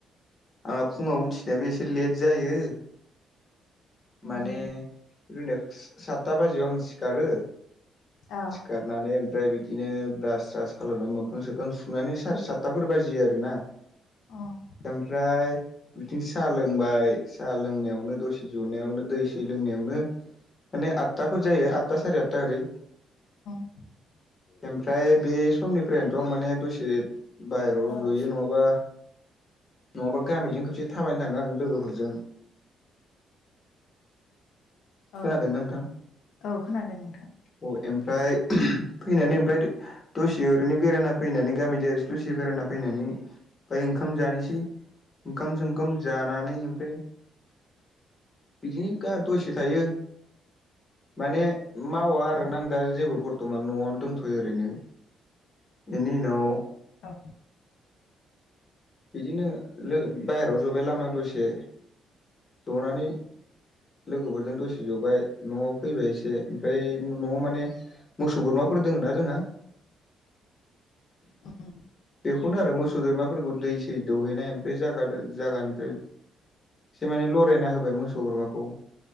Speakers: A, on the left; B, on the left.
A: आंहा फुङाव उथिनायाबो एसे लेट जायो
B: उम
A: माने बि नेक्स् सातथा बाजियाव आं सिखारो
B: अ।
A: गारनानै ओमफ्राय बिदिनो ब्रास स्रास खालामनानै मोखां सोखां सुनानै सार सातथाफोर बाजियो आरो ना।
B: अ'
A: ओमफ्राय बिथिं साहा लोंबाय साहा लोंनायावनो दसे जनायावनो दै सै लोंनायावनो माने आदथाफोर जायो आदथा साराय आदथाफोर ओरै
B: <inaudible>
A: ओमफ्राय बे समनिफ्रायनोथ' आं माने दसे बाय रज'यो
B: औ
A: नङाबा नङाबा गामिजों खोबसे थाबायना थाङो आं लोगोफोरजों
B: औ
A: खोनादोंना नोंथां?
B: औ खोनादों नोंथां
A: अ' एमफ्राय फैनानै ओमफ्राय दसे ओरैनो बेरायना फैनानै गामि जा दसे बेरायना फैनानै बाय ओंखाम जानोसै। ओंखाम सोंखाम जानानै ओमफ्राय बिदिनो गा दसे थायो माने मावा आरो
B: उम
A: नां दा जेबो बर थ'मान न'आवनो दंथ'यो ओरैनो बेनि उनाव
B: औ
A: बिदिनो लो बायहेराव जबाय लामायाव दसे ज'नानै लोगोफोरजों दसे ज'बाय न'आव फैबाय एसे ओमफ्राय न'आव माने मोसौ बोरमाफोर दोङो ना जोंहा।
B: उम
A: बेखौनो आरो मोसौ बोरमाफोरखौ दै सै दौहैनाय ओमफ्राय जागादो जायगानिफ्राय से माने लरायना होबाय मोसौ बोरमाखौ